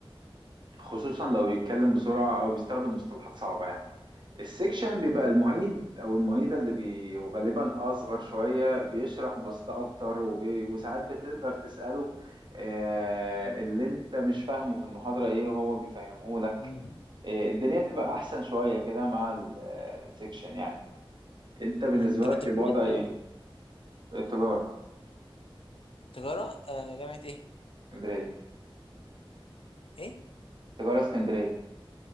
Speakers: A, on the right; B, on the left.
A: خصوصا لو بيتكلم بسرعة أو بيستخدم مصطلحات صعبة يعني السكشن بيبقى المعيد أو المعيدة اللي بي... غالبا أصغر شوية بيشرح ببساطة أكتر وبي... وساعات بتقدر تسأله آه، اللي أنت مش فاهمه في المحاضرة إيه وهو بيفهمه لك
B: مم.
A: آه، الدنيا بتبقى أحسن شوية كده مع ال- آه، السكشن يعني أنت بالنسبة
B: مم. أنت
A: لك
B: كنت بتدرس
A: الوضع
B: إيه
A: إيه؟
B: أصلا؟
A: التجارة
B: تجارة آه، جامعة إيه؟
A: اسكندرية
B: ايه
A: تجارة اسكندرية